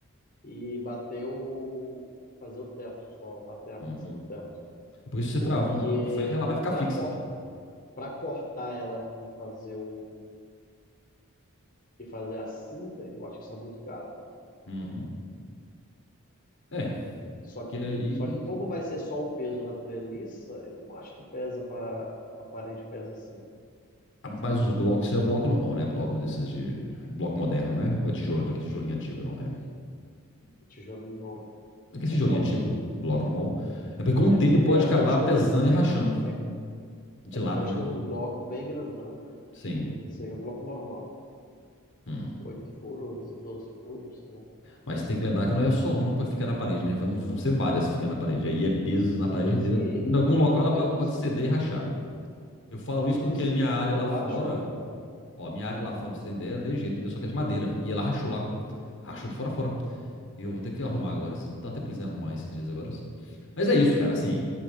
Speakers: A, on the left (about 40°); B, on the left (about 60°).
A: e bater o, fazer o teto, só bater a massa
B: Uhum.
A: do teto.
B: É porque se você
A: Porque
B: travando ela com ferro, ela vai ficar
A: para
B: fixa.
A: cortar para cortar ela aqui, e fazer o e fazer a cinta, eu acho que está muito caro.
B: Uhum. É,
A: Só
B: porque
A: que,
B: aí.
A: só que como vai ser só o peso da treliça, eu não acho que pesa para a parede pesa assim,
B: Mas os blocos, isso é bloco normal, né? Bloco desses de. Bloco moderno, né? Ou é tijolo, daquele tijolinho antigo, não, né?
A: o tijolo engome.
B: Aquele tijolinho
A: É bloco.
B: antigo, bloco normal. É porque com
A: É
B: o tempo
A: porque eu
B: ele pode
A: vi ah,
B: acabar
A: hoje tem
B: pesando
A: um, é,
B: e rachando.
A: é,
B: Dilata,
A: é que hoje
B: né?
A: tem uns blocos bem grandão, né?
B: Sim.
A: Esse aí é um bloco normal.
B: Hum.
A: Oito furos, doze furos, sei lá.
B: Mas tem que lembrar que não é só uma que vai ficar na parede, né? Vão, vão ser várias ficando na parede. Aí é peso
A: Sim,
B: na parede inteira.
A: sim,
B: Em algum
A: me-
B: local ela
A: mesmo
B: pode pode
A: assim,
B: ceder e rachar. Eu falo
A: mesmo
B: isso porque
A: assim,
B: a minha área
A: eu
B: lá fora,
A: acho que dá.
B: ó, a minha área lá fora, pra você tem ideia, é de jeito, entendeu? Só que é de madeira. E ela rachou lá. Rachou de fora a fora. E eu vou ter que arrumar agora. esses- Tá até pensando em arrumar esses dias agora. Mas é isso, cara. Assim,